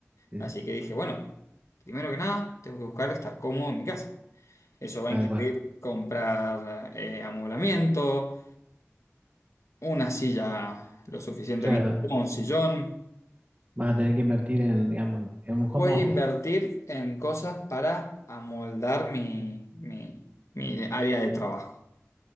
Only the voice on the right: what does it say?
sí,
tal
cual.
Claro,
vas a tener que invertir en, digamos, en un home
office,